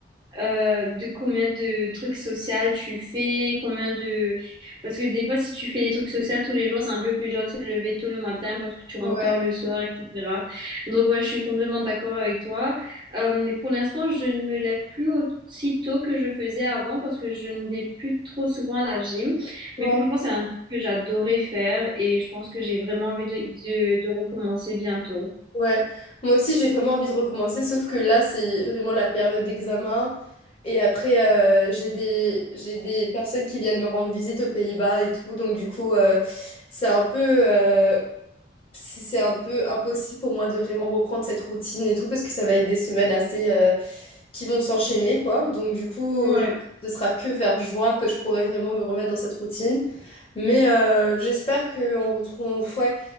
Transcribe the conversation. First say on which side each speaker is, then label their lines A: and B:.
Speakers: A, on the right (about 25°); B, on the left (about 30°).
A: euh, de combien de trucs sociaux tu fais, combien de... Parce que des fois, si tu fais des trucs sociaux tous les jours, c'est un peu plus dur de se lever tôt le matin parce que tu rentres
B: Ouais.
A: tard le soir, etc. Donc, ouais, je suis complètement d'accord avec toi. Euh, pour l'instant, je ne me lève plus aussi tôt que je faisais avant parce que je ne vais plus trop souvent à la gym.
B: Ouais.
A: Mais franchement, c'est un truc que j'adorais faire et je pense que j'ai vraiment envie de de- de recommencer bientôt.
B: Ouais, moi aussi j'ai vraiment envie de recommencer, sauf que là c'est vraiment la période d'examen. Et après, euh, j'ai des, j'ai des personnes qui viennent me rendre visite aux Pays-Bas et tout. Donc, du coup, euh, c'est un peu, euh, c'est c'est un peu impossible pour moi de vraiment reprendre cette routine et tout, parce que ça va être des semaines assez, euh, qui vont s'enchaîner, quoi. Donc, du coup,
A: Ouais,
B: je pense que ce sera que vers juin que je pourrai vraiment me remettre dans cette routine. Mais euh, j'espère qu'on retrouve, ouais,